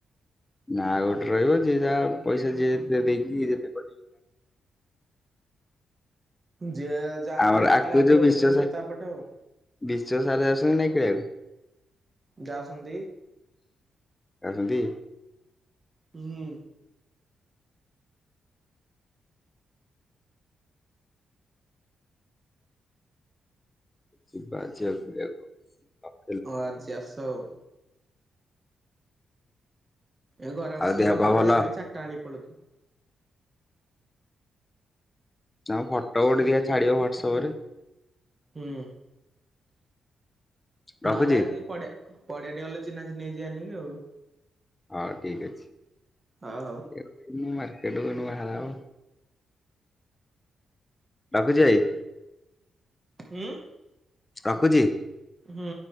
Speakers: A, on the left; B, on the right.
A: ନା ଗୋଟେ ରହିବ ଯିଏ ଯାହା ପଇସା ଯିଏ ଯେତ ଦେଇକି ଯେତେ କ
B: ଯିଏ ଯାହାପଟେ
A: ଆମର
B: ଡାକିଲା
A: ଆକୁ
B: ଅଧିକ
A: ଯୋଉ ବିଶ୍ଵ
B: ପଇସା
A: ସାର୍
B: ସିଏ ତାପଟେ ଆଉ।
A: ବିଶ୍ଵ ସାରା ଯାଉ ଛନ୍ତି ନା ଖେଳିବାକୁ।
B: ଯାଉଛନ୍ତି।
A: ଯାଉଛନ୍ତି।
B: ହୁଁ।
A: ଯିବା ଆଜି ଆଉ ଖେଳିବାକୁ ଆଉ।
B: ହଉ ଆଜି ଆସ ଆଉ। ଏ ଘରେ ବସିକି
A: ଆଉ ଦେହ
B: କଣ
A: ପା
B: କରିବେ
A: ଭଲ?
B: ସେଁ ଚାରିଟା ବେଳିକି ପଳୁଉଥିଲୁ।
A: ଆଉ ଫଟୋ କୁ ଟିକେ ଦିଆ ଛାଡିବ ହ୍ୱଟସଆପ ରେ।
B: ହୁଁ
A: ରଖୁଛି?
B: ନହଲେ ଆଜି ପଡିଆ ପଡିଆ ଟି ଗଲେ ଚିହ୍ନା ଚିହ୍ନି ହେଇ ଯିବା ନି କି ଆଉ।
A: ହଁ ଠିକ୍ ଅଛି।
B: ହ ହଉ।
A: ଏ ଇଏ ମାର୍କେଟକୁ ନୁଆ ବାହାର‌ହବ। ରଖୁଛି ଭାଇ।
B: ହୁଁ।
A: ରଖୁଛି।
B: ହୁଁ।